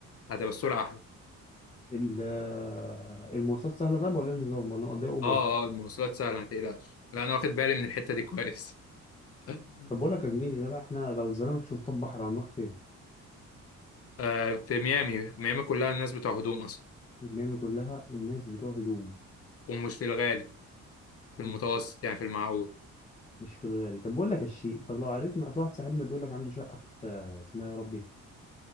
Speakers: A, on the left; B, on the left.
A: هتبقى الصوره احلى
B: ال- آه، المواصلات سهله طيب ولا إيه النظام ولا نقضيها اوبر
A: اه اه المواصلات سهله ما تقلقش لا انا واخد بالي من الحته دي كويس <laughs>
B: طب بقول لك يا زميلي ده بقى احنا لو اتزنقنا في شرطات بحر هنروح فين؟
A: آه في ميامي ميامي كلها الناس بتوع هدوم اصلا
B: الميامي كلها الناس بتوع هدوم
A: ومش في الغالي في المتوسط
B: مش
A: يعني في المعقول
B: مش في الغالي طب بقول لك يا الشيء طب لو عرفنا اصل واحد صاحبنا بيقول لك عنده شقه في اسمها يا ربي